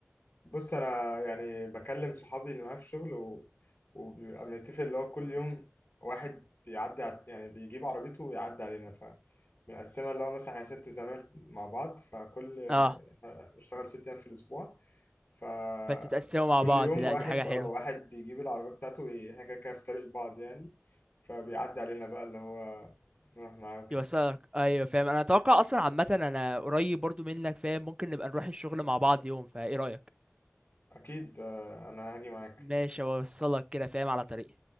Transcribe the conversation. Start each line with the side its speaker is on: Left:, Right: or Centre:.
Left: بص انا يعني بكلم صحابي اللي معايا في الشغل و... وبيبقى بنتفق اللي هو كل يوم واحد بيعدي ع- يعني بيجيب عربيته ويعدي علينا ف بنقسمها اللي هو مثلا احنا ست زمايل مع بعض فكل
Right: اه
Left: إحنا بنشتغل ست ايام في الاسبوع فكل
Right: فانتوا تقسموا مع بعض
Left: يوم
Right: لا
Left: واحد
Right: دي حاجه حلوه
Left: اه واحد بيجيب العربية بتاعته وي- احنا كده كده في طريق بعض يعني فبيعدي علينا بقى اللي هو نروح معاه وكده
Right: يوصلك ايوه فاهم انا اتوقع اصلا عامه انا قريب برضو منك فاهم ممكن نبقى نروح الشغل مع بعض يوم فايه رايك
Left: اكيد آه، انا هاجي معاك
Right: ماشي اوصلك كده فاهم على طريقي